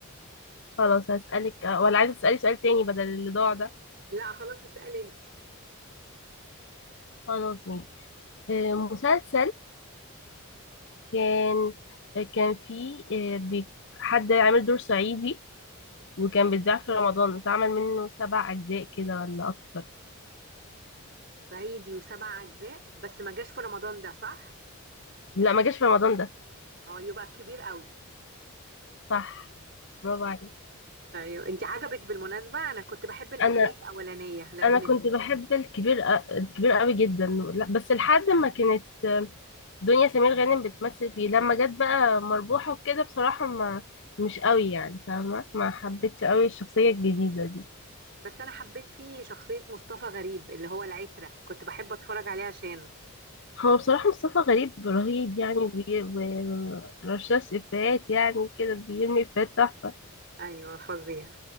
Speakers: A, on the left (about 55°); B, on the right (about 50°).
A: خلاص هسألك آه، ولا عايزة تسألي سؤال تاني بدل اللي ضاع ده
B: لا خلاص اسألي انت
A: خلاص ماشي آه، مسلسل كان آه، كان فيه آه، بي- حد عامل دور صعيدي وكان بيتذاع في رمضان اتعمل منه سبع اجزاء كده ولا اكتر
B: صعيدي وسبع أجزاء بس ما جاش في رمضان ده صح؟
A: لا ما جاش في رمضان ده
B: اه يبقى كبير قوي
A: صح برافو عليك
B: طيب انت عجبك بالمناسبة أنا كنت بحب الأجزاء
A: انا
B: الأولانية لكن
A: انا كنت بحب الكبير أ- الكبير قوي جدا لا، بس لحد ما كانت دنيا سمير غانم بتمثل فيه لما جت بقى مربوحة وكده بصراحة ما مش قوي يعني فاهمة ما حبيتش قوي الشخصية الجديدة دي
B: بس أنا حبيت فيه شخصية مصطفى غريب اللي هو العترة كنت بحب أتفرج عليه عشانه
A: هو بصراحة مصطفى غريب رهيب يعني وبي- ورشاش إفيهات يعني كده بيرمي إفيهات تحفة
B: أيوه فظيع